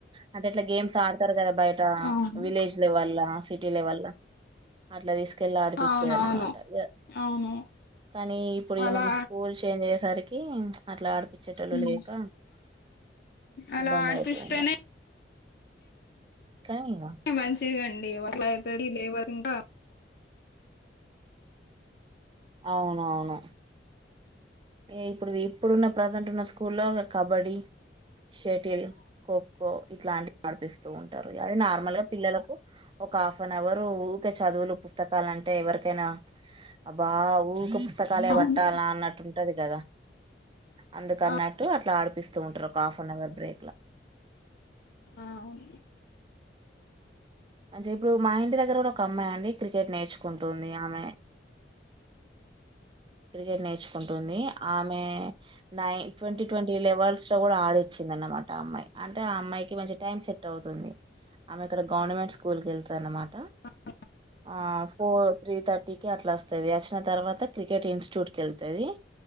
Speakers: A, on the right; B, on the left.
A: అంటే ఇట్లా గేమ్స్ ఆడుతారు కదా బయట
B: అవును
A: విలేజ్ లెవెల్ ల సిటీ లెవెల్ ల అట్లా తీసుకెళ్ళి ఆడిపిచ్చేదన్నమాట
B: అవునవును
A: ఇగఘ
B: అవును
A: కానీ ఇప్పుడు ఈమెను
B: అలా
A: స్కూల్ చేంజ్ అయ్యేసరికి అట్లా ఆడిపిచ్చేటోళ్ళు
B: ఉమ్,
A: లేక
B: అలా
A: ఇబ్బంది
B: ఆడిపిస్తేనే
A: అవుతుంది క ఇగా
B: మంచిదిగండి <unintelligible>
A: అవునువును ఏ ఇప్పుడు ఇప్పుడున్న ప్రజెంట్ ఉన్న స్కూల్లో గా కబడ్డీ షటిల్ ఖో కో ఇట్లాంటివి ఆడిపిస్తూ ఉంటారు యారు నార్మల్ గా పిల్లలకు ఒక హాఫనవరు ఊరికే చదువులు పుస్తకాలు అంటే ఎవరికైనా అబ్బా ఊరికే పుస్తకాలే
B: అవును
A: పట్టాల్నొ అన్నట్టు ఉంటది కదా అందుకన్నట్టు
B: ఆ,
A: అట్లా ఆడిపిస్తూ ఉంటారు ఒక హాఫ్ నవర్ బ్రే
B: ఆ అవును
A: మంచి ఇప్పుడు మా ఇంటి దగ్గర కూడా ఒక అమ్మాయి అండి క్రికెట్ నేర్చుకుంటుంది ఆమె క్రికెట్ నేర్చుకుంటుంది ఆమె నై ట్వంటీ ట్వంటీ లెవెల్స్ లో కూడా ఆడొచ్చింది అన్నమాట ఆ అమ్మాయి అంటే ఆ అమ్మాయికి మంచి టైం సె టవుతుంది ఆమె ఇక్కడ గవర్నమెంట్ స్కూల్ కి ఎళ్తుది అన్నమాట
B: స
A: ఆ ఫో త్రీ థర్టీకి అట్లా వస్తది అచ్చిన తర్వాత క్రికెట్ ఇన్స్టిట్యూట్ కెళ్తది